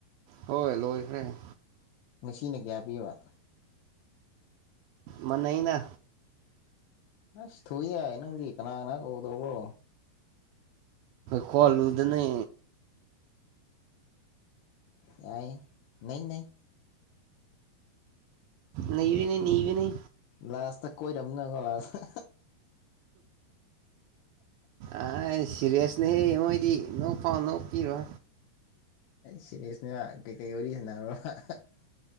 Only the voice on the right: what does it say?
ꯍꯣꯏ ꯂꯣꯈꯔꯦ
ꯃꯥꯟꯅꯩꯅ
ꯈꯣꯜꯂꯨꯗꯅꯦ
ꯅꯩꯕꯅꯤ ꯅꯩꯕꯅꯤ
ꯑꯩ ꯁꯤꯔꯤꯌꯥꯁꯅꯦ ꯃꯣꯏꯗꯤ ꯅꯣꯛ ꯄꯥꯎ ꯅꯣꯛ ꯄꯤꯔꯣ